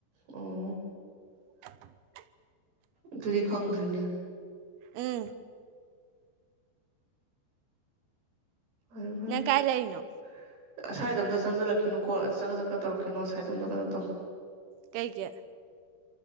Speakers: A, on the right (about 55°); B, on the right (about 75°).
A: ꯑꯣ
B: <inaudible>
A: ꯑꯗꯨꯗꯤ ꯈꯪꯗ꯭ꯔꯤꯅꯦ
B: ꯎꯝ
A: <unintelligible>
B: ꯅꯪ ꯀꯥꯏ ꯂꯩꯔꯤꯅꯣ
A: ꯑꯁꯥꯏꯗ ꯑꯝꯇ ꯆꯪꯁꯤꯜꯂꯛꯈꯤꯅꯨꯀꯣ ꯆꯒ ꯆꯒꯠ ꯇꯧꯔꯛꯈꯤꯅꯣ ꯑꯁꯥꯏꯗ ꯑꯝꯇ ꯀꯩꯅꯣ ꯇꯧ
B: ꯀꯩꯒꯤ